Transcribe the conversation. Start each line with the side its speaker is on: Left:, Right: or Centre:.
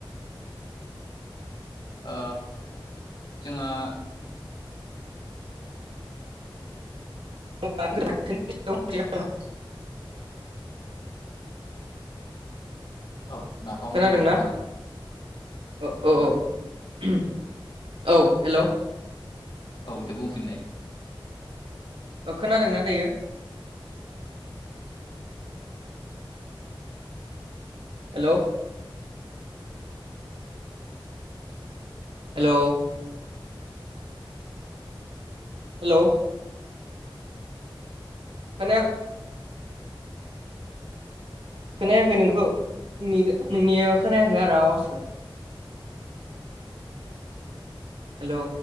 Left: ओ जोंहा
Right: <unintelligible>
Left: औ नाफाम
Right: खोनादोंना
Left: होनदों ना नोंथाङा।
Right: औ औ औ ओहोम
Left: हेल'
Right: औ हेल'।
Left: औ दे बुंफिननाय।
Right: ओ खोनादों ना दायो? हेलौ। हेलौ। हेलौ। <unintelligible> खोनायाखै नोंखौ नोंनि नोंनिया खोनायाखै आरो आवाजखो। <inaudible> हेलौ।